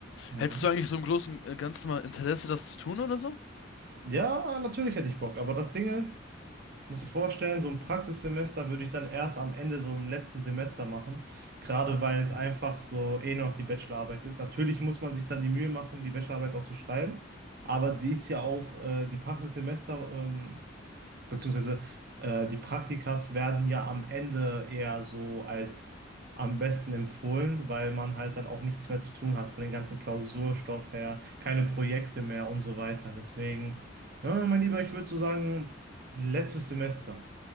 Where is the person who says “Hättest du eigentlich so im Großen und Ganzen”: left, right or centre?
Left